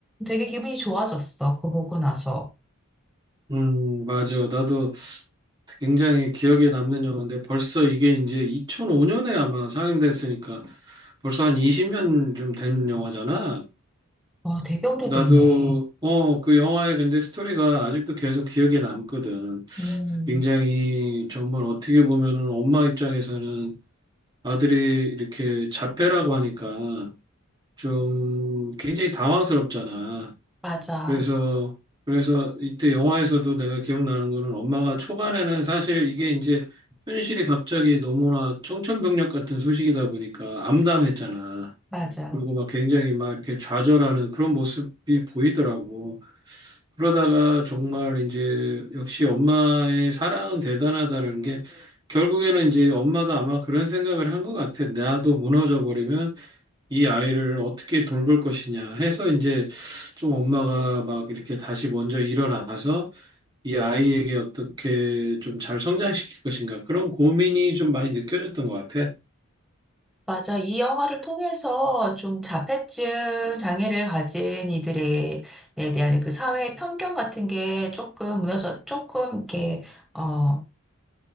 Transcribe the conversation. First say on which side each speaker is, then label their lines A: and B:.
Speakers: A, in the centre; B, on the right (about 20°).
A: 되게 기분이 좋아졌어. 그거 보고 나서.
B: 음, 맞아. 나도 굉장히 기억에 남는 영화인데 벌써 이게 이제 2005년에 아마 상영됐으니까 벌써 한 20년 좀 된 영화잖아.
A: 어, 되게 오래됐네.
B: 나도, 어, 그 영화의 근데 스토리가 아직도 계속 기억에 남거든.
A: 음,
B: 굉장히 정말 어떻게 보면은 엄마 입장에서는 아들이 이렇게 자폐라고 하니까 좀 굉장히 당황스럽잖아.
A: 맞아,
B: 그래서, 그래서 이때 영화에서도 내가 기억나는 거는 엄마가 초반에는 사실 이게 이제 현실이 갑자기 너무나 청천벽력 같은 소식이다 보니까 암담했잖아.
A: 맞아.
B: 그리고 막 굉장히 막 이렇게 좌절하는 그런 모습이 보이더라고. 그러다가 정말 이제 역시 엄마의 사랑은 대단하다는 게 결국에는 이제 엄마도 아마 그런 생각을 한 것 같아. 나도 무너져 버리면 이 아이를 어떻게 돌볼 것이냐 해서 이제 좀 엄마가 막 이렇게 다시 먼저 일어나서 이 아이에게 어떻게 좀 잘 성장시킬 것인가 그런 고민이 좀 많이 느껴졌던 것 같아.
A: 맞아. 이 영화를 통해서 좀 자폐증 장애를 가진 이들에 에 대한 그 사회의 편견 같은 게 조금 무너져, 조금 이렇게, 어,